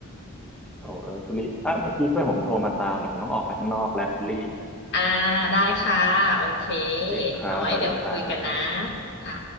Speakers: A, in the centre; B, on the left (about 55°).
A: โถเอ้ยคุณลี่ อ่ะเมื่อกี้เพื่อนผมโทรมาตามเดี๋ยวผมต้องออกไปข้างนอกแล้วคุณลี่
B: อ่าได้ค่ะโอเค
A: โอเคครับสวัสดีครับ
B: เอาไว้เดี๋ยวคุยกันนะค่ะ